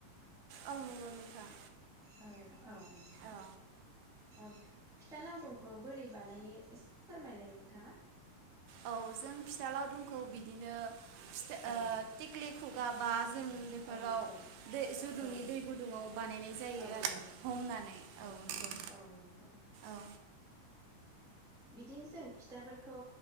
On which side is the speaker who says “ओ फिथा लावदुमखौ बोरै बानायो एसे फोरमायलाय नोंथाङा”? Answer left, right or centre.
Centre